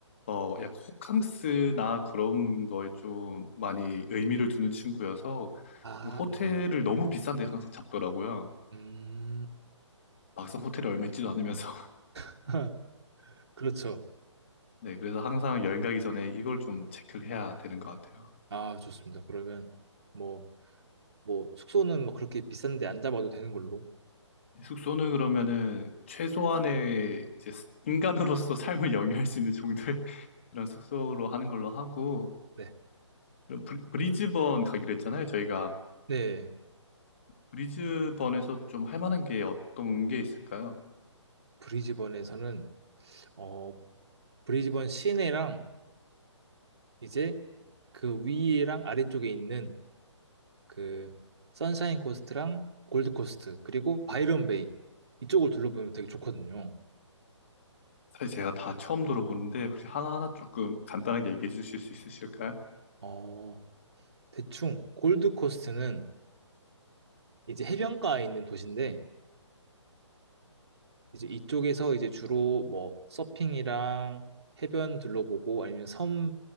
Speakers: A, on the left; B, on the right.
A: 어 약간 호캉스나 그런 거에 좀 많이 의미를 두는 친구여서
B: 아
A: 그 호텔을 너무 비싼 데 항상 잡더라고요.
B: 음
A: 막상 호텔이 얼마 있지도 않으면서. <laughs>
B: <laughs> 그렇죠
A: 네, 그래서 항상 여행 가기 전에 이걸 좀 체크를 해야 되는 것 같아요.
B: 아 좋습니다 그러면 뭐 뭐 숙소는 막 그렇게 비싼데 안 잡아도 되는 걸로
A: 숙소는 그러면은 최소한의 이제 스- 인간으로서 <laughs> 삶을 영위할 수 있는 정도의 <laughs> 그런 숙소로 하는 걸로 하고
B: 네
A: 그럼 브리- 브리즈번 가기로 했잖아요, 저희가.
B: 네
A: 브리즈번에서 좀 할 만한 게 어떤 게 있을까요?
B: 브리즈번에서는 어 브리즈번 시내랑 이제 그 위랑 아래쪽에 있는 그 선샤인 코스트랑 골드 코스트 그리고 바이런 베이 이쪽을 둘러보면 되게 좋거든요.
A: 사실 제가 다 처음 들어보는데 혹시 하나하나 조금 간단하게 얘기해 주실 수 있으실까요?
B: 어, 대충 골드 코스트는 이제 해변가에 있는 도시인데 이제 이쪽에서 이제 주로 뭐 서핑이랑 해변 둘러보고 아니면 섬